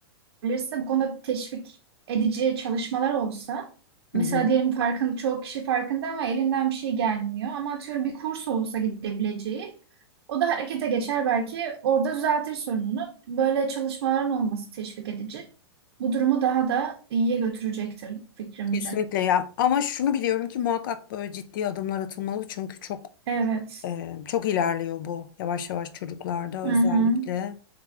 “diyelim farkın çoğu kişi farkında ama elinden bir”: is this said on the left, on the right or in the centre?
Right